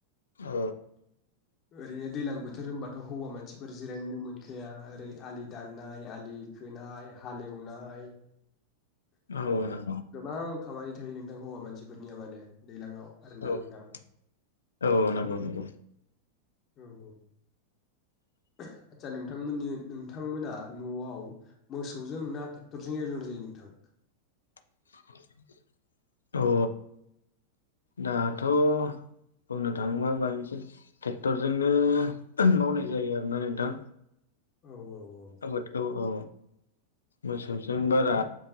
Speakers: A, on the left; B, on the left.
A: <inaudible>
B: औ
A: ओरैनो दैलां बोथोर होनबा मानसिफोर जिरायनो मोनखा या ओरै आलि दाननाय, आलि खोनाय, हालेवनाय
B: औ नों
A: गोबां खामानि थायो हौवा मानसिफोरनिया माने दैलाङाव आरोना
B: औ <inaudible>
A: नोंथां
B: औ औ नंगौ नंगौ
A: औ औ आतसा नोंथांमोननि नोंथां नोंथांमोना न'आव मोसौजों ना टेक्टरजों एवनाय जायो नोंथां?
B: <inaudible> अ दाथ' बुंनो थाङोबा बांसिन टेक्टरजोंनो मावनाय जायो आरोना नोंथां।
A: औ औ
B: आबाद औ औ मोसौजों बारा